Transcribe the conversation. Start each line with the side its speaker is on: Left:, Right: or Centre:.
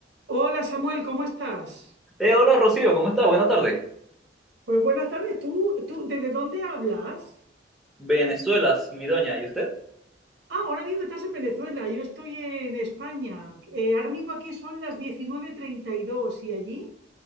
Right: Hola Samuel, ¿cómo estás?
Centre: Eh, hola Rocío, ¿cómo está? Buena tarde.
Right: Pues buenas tardes, ¿tú, tú desde dónde hablas?
Centre: Venezuela, mi doña, ¿y usted?
Right: Ah, ahora mismo estás en Venezuela, yo estoy en España. Eh, ahora mismo aquí son las diecinueve treinta y dos y allí